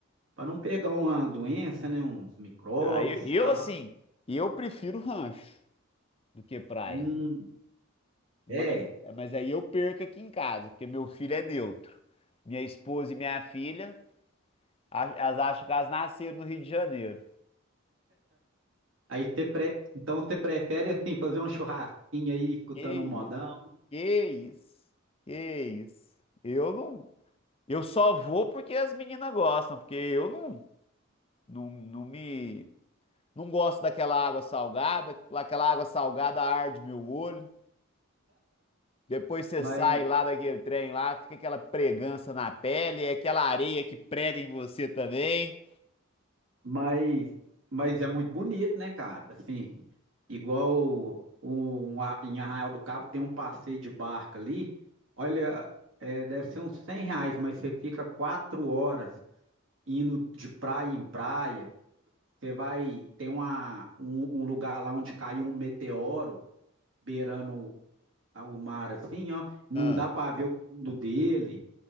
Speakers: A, on the right (about 70°); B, on the left (about 30°).
A: para não pegar uma doença, né? Uns micróbios
B: Aí
A: e tal.
B: eu assim, eu prefiro rancho do que praia.
A: Hum,
B: Mas,
A: é.
B: mas aí eu perco aqui em casa, porque meu filho é neutro. Minha esposa e minha filha, a- elas acham que elas nasceram no Rio de Janeiro.
A: Aí você pre... Então você prefere, assim, fazer um churrasquinho aí, escutando
B: Que isso,
A: um modão,
B: que isso, que isso. Eu não, eu só vou porque as meninas gostam, porque eu não, não, não me, não gosto daquela água salgada, aquela água salgada arde meu olho. Depois você
A: mas,
B: sai lá daquele trem lá, fica aquela pregança na pele, é aquela areia que prega em você também.
A: mas, mas é muito bonito, né, cara? Assim, igual o- o- em Arraial do Cabo tem um passeio de barca ali. Olha, é, deve ser uns 100 reais, mas você fica quatro horas indo de praia em praia, você vai tem uma, um, um lugar lá onde caiu um meteoro beirando a- o mar assim, ó, não
B: Ah.
A: dá para ver o fundo dele.